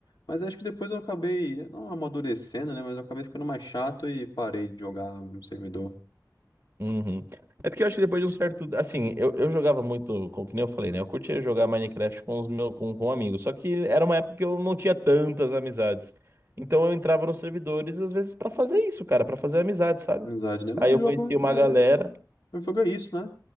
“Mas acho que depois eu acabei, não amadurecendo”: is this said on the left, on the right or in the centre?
Left